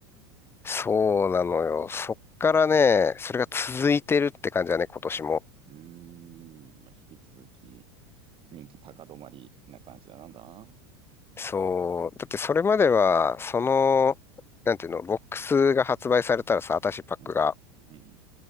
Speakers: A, on the left (about 15°); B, on the right (about 35°).
A: そうなのよ。そっからね、それが続いてるって感じだね、今年も。
B: うーん。まあ、引き続き。人気高止まりな感じだ。なんだな。
A: そう。だってそれまでは、その、なんていうの、ボックスが発売されたらさ、アタッシェパックが。
B: うん。うん。